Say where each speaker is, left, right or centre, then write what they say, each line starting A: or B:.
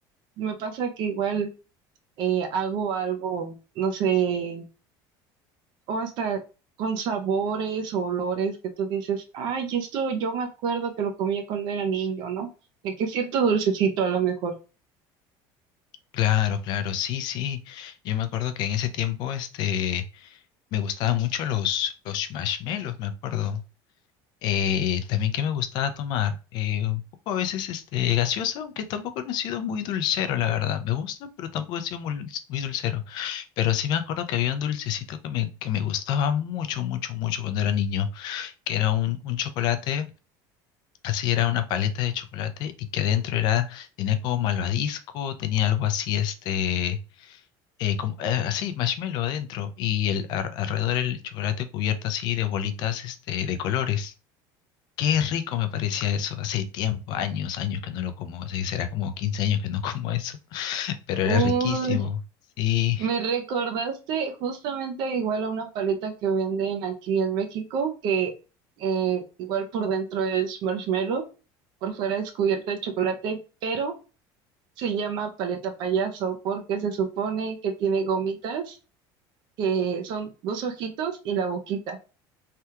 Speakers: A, on the right (about 50°); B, on the left (about 45°).
A: me pasa que igual eh, hago algo, no sé, o hasta con sabores o olores que tú dices, ay, esto yo me acuerdo que lo comía cuando era niño, ¿no? De que cierto dulcecito a lo mejor.
B: Claro, claro, sí, sí. Yo me acuerdo que en ese tiempo, este, me gustaban mucho los, los marshmallows, me acuerdo. Eh, también que me gustaba tomar, eh, un poco a veces este, gaseosa, aunque tampoco no he sido muy dulcero, la verdad. Me gusta, pero tampoco he sido muy, dulce- muy dulcero. Pero sí me acuerdo que había un dulcecito que me, que me gustaba mucho, mucho, mucho cuando era niño, que era un, un chocolate, así era una paleta de chocolate y que adentro era, tenía como malvadisco, tenía algo así, este... eh, como, eh, así, marshmallow adentro y el, ar- alrededor el chocolate cubierto así de bolitas este, de colores. Qué rico me parecía eso. Hace tiempo, años, años que no lo como. O sea, será como 15 años que no como eso. <laughs> Pero
A: Uy,
B: era riquísimo. Sí.
A: me recordaste justamente igual a una paleta que venden aquí en México, que eh, igual por dentro es marshmallow, por fuera es cubierta de chocolate, pero Se llama paleta payaso porque se supone que tiene gomitas que son dos ojitos y la boquita.